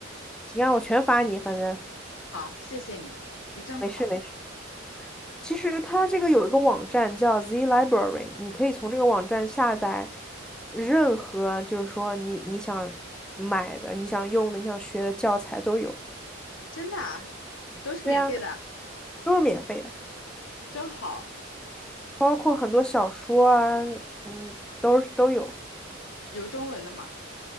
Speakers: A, in the centre; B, on the left.
A: 行啊，我全发你，反正
B: 好，谢谢你，你真好，
A: 没事没事。其实它这个有一个网站叫 Z Library，你可以从这个网站下载任何，就是说你你想买的、你想用的、你想学的教材都有。
B: 真的啊，都是免费的，
A: 对啊，都是免费的，
B: 真好，
A: 包括很多小说啊，嗯，都是都有。
B: 有中文的吗？